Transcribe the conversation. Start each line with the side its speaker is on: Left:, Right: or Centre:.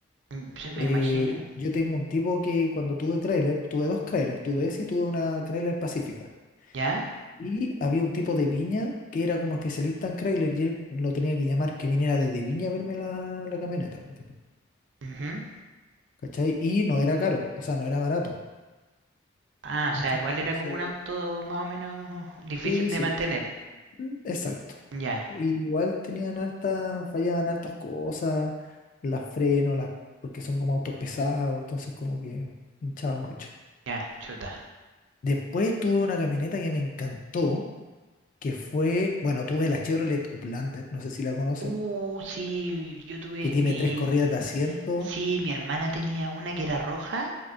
Right: Mm, se me
Left: Eh,
Right: imagino.
Left: yo tengo un tipo que cuando tuve Crailer, tuve dos Crailer, tuve ese y tuve una Crailer Pacífica.
Right: ¿Ya?
Left: Y había un tipo de Viña que era como especialista en Crailer y él lo tenía que llamar que viniera desde Viña a verme la, la camioneta. ponte tú,
Right: Ujú.
Left: ¿Cachai? Y no era caro, o sea, no era barato.
Right: Ah, o
Left: ¿Cachai?
Right: sea, igual era
Left: Entonces,
Right: como un auto más o menos difícil
Left: sí,
Right: de
Left: sí,
Right: mantener.
Left: mm, exacto.
Right: Ya,
Left: Y igual tenían hartas, fallaban hartas cosas, las frenos, las, porque son como autos pesados, entonces como que hinchaban mucho.
Right: ya, chota.
Left: Después tuve una camioneta que me encantó, que fue, bueno, tuve la Chevrolet Uplander, no sé si la conoces,
Right: Uh, sí, yo tuve
Left: que tiene
Right: mi...
Left: tres corridas de asiento.
Right: Sí, mi hermana tenía una que era roja,